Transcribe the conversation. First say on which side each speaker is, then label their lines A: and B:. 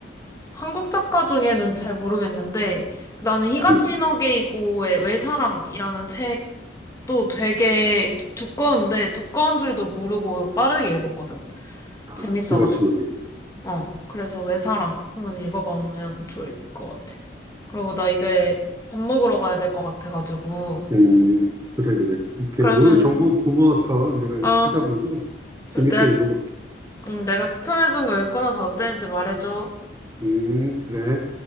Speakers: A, on the left; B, on the right.
A: 한국 작가 중에는 잘 모르겠는데 나는 히가시노게이고의
B: 음.
A: 외사랑이라는 또 되게 두꺼운데 두꺼운 줄도 모르고 빠르게 읽었거든.
B: 아,
A: 재밌어가지고.
B: 시가 시노기
A: 어, 그래서 외사랑 한번 읽어보면 좋을 것 같아. 그리고 나 이제 밥 먹으러 가야 될 것 같아가지고.
B: 음, 그래, 그래. 오케이.
A: 그러면,
B: 오늘 정보 고마웠어. 내가
A: 어,
B: 찾아보고 재밌게
A: 내,
B: 읽어볼게.
A: 음, 내가 추천해준 거 읽고 나서 어땠는지 말해줘.
B: 음, 그래.